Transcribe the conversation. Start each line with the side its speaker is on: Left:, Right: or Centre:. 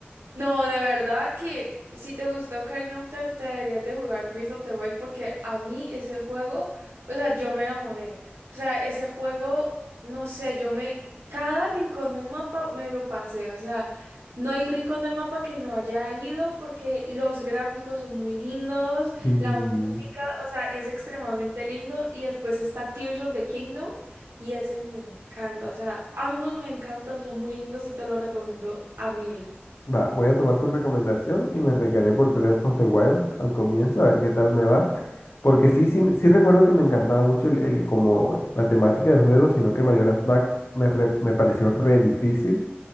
Right: No, de verdad que si te gustó Ocarina of Time, te deberías de jugar Breath of the Wild porque a mí ese juego, o sea, yo me enamoré. O sea, ese juego, no sé, yo me... Cada rincón del mapa me lo pasé. O sea, no hay rincón del mapa que no haya ido porque los gráficos son muy lindos,
Left: Sí.
Right: la música, o sea, es extremadamente lindo. Y después está Tears of the Kingdom y ese me encanta. O sea, ambos me encantan, son muy lindos y te los recomiendo a mil.
Left: Va, voy a tomar tu recomendación y me recaré por Breath of the Wild al comienzo, a ver qué tal me va. Porque sí, sí, me- sí recuerdo que me encantaba mucho el, el- como la temática del juego, sino que Majora's Mask me, re- me pareció re difícil